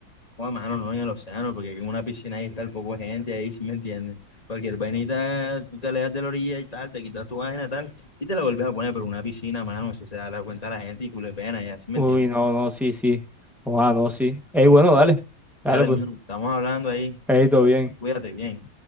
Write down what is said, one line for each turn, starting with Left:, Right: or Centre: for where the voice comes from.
Left: Joder, mano, no en el océano, porque en una piscina ahí está el poco de gente ahí, si me entiendes. Cualquier vainita, tú te alejas de la orilla y tal, te quitas tu vaina tal, y te la vuelves a poner, pero una piscina, mano, eso se da la cuenta a la gente y culo de pena ya, si me
Centre: Uy,
Left: entiendes.
Centre: no, no, sí, sí. Ah, no, sí. Ey, bueno, dale. Dale,
Left: Dale,
Centre: pues.
Left: mano, estamos hablando ahí,
Centre: Ey, todo bien.
Left: cuídate bien.